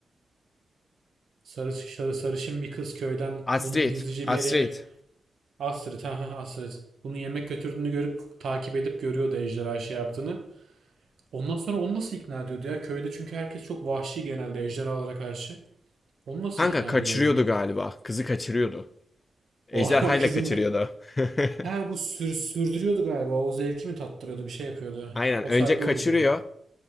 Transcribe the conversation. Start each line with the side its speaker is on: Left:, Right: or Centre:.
Right: Sarı, sarı sarışın bir kız köyden
Left: Astrid,
Right: bunun gizlice
Left: Astrid.
Right: bir yere yemek... Astrid, ha ha Astrid. Bunu yemek götürdüğünü görüp takip edip görüyordu ejderha şey yaptığını. Ondan sonra onu nasıl ikna ediyordu ya? Köyde çünkü herkes çok vahşi genelde ejderhalara karşı. Onu nasıl
Left: Kanka
Right: ikna
Left: kaçırıyordu
Right: ediyordu acaba?
Left: galiba. Kızı kaçırıyordu. Ejderhayla
Right: <laughs> Oha kızım.
Left: kaçırıyordu. <laughs>
Right: Ha bu sür, sürdürüyordu galiba. O zevki mi tattırıyordu? Bir şey yapıyordu.
Left: Aynen.
Right: O
Left: Önce
Right: sayede
Left: kaçırıyor.
Right: oluyordu.